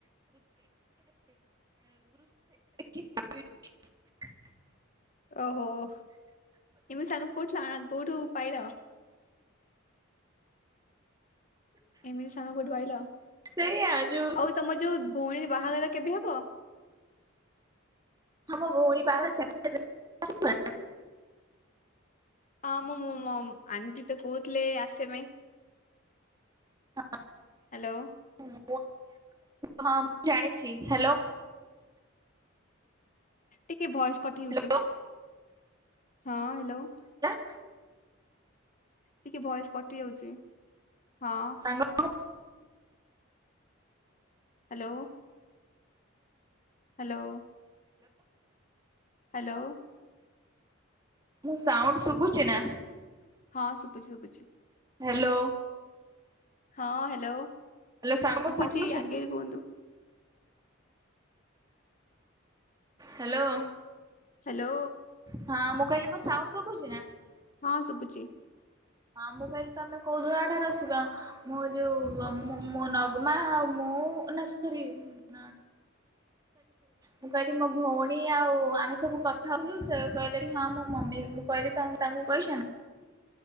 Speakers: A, on the right; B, on the left.
A: <unintelligible> <unintelligible>
B: ଓହୋ ଏମିତି ସାଙ୍ଗ କୋଉଠୁ କୋଉଠୁ ପାଇଲ? ଏମିତି ସାଙ୍ଗ କୋଉଠୁ ପାଇଲ?
A: ସେଇଆ ଯୋଉ
B: ଆଉ ତମ ଯୋଉ ଭଉଣୀ ବାହାଘର କେବେ ହବ?
A: ଆମ ଭଉଣୀ ବାହାଘର ଚାରି ତାରିଖୀ। ତୁ ଆସିବୁ ନା?
B: ଆମ ଆଣ୍ଟି ତ କହୁଥିଲେ ଆସିବା ପାଇଁ।
A: ହଁ।
B: ହାଲୋ।
A: ମୁଁ ହଁ ମୁଁ ଜାଣିଛି, ହାଲୋ
B: ଟିକେ ଭଏସ କଟି
A: ହ୍ୟାଲୋ
B: ହେଉଛି, ହଁ ହ୍ୟାଲୋ
A: ହ <inaudible>
B: ଟିକେ ବୟସ କଟି ଯାଉଛି, ହଁ
A: ସାଙ୍ଗ
B: ହାଲୋ ହାଲୋ ହାଲୋ
A: ମୁଁ ସାଉଣ୍ଡ ଶୁଭୁଛିି ନା
B: ହଁ ସୁପୁଛି ସୁପୁଛି।
A: ହାଲୋ
B: ହଁ ହାଲୋ
A: ସାଙ୍ଗ ମୋ
B: ଶୁଭୁଛି,
A: ସାଉଣ୍ଡ ନା
B: ଆଗେ କୁହନ୍ତୁ?
A: ହାଲୋ
B: ହାଲୋ
A: ହଁ ମୁଁ କହିଲି ମୋ ସାଉଣ୍ଡ ଶୁଭୁଛି ନା?
B: ହଁ ଶୁଭୁଛି।
A: ହଁ ମୁଁ କହିଲି ତମେ କୋଉଦଠା <unintelligible> ରସିକ ମୁଁ ଯୋଉ ମୋ ନଗମା ଆଉ <unintelligible> ହ ନ ମୁଁ କହିଲି ମୋ ଭଉଣୀ ଆଉ ଆମେ ସବୁ କଥା ହଉଥିଲୁ, ସେ କହିଲେ ହଁ ମୋ ମମି ମୁଁ କହିଲି ତ, ତାଙ୍କୁ କହିସ ନା